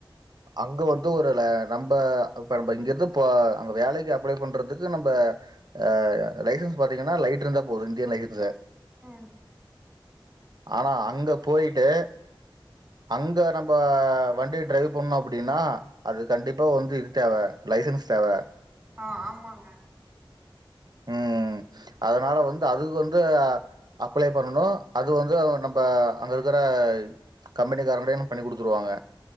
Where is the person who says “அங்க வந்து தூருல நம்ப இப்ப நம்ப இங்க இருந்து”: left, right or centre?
Right